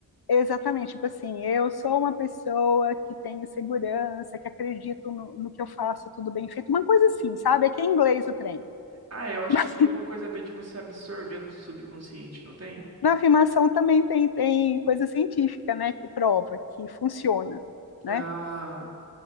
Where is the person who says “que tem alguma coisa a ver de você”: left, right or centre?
Right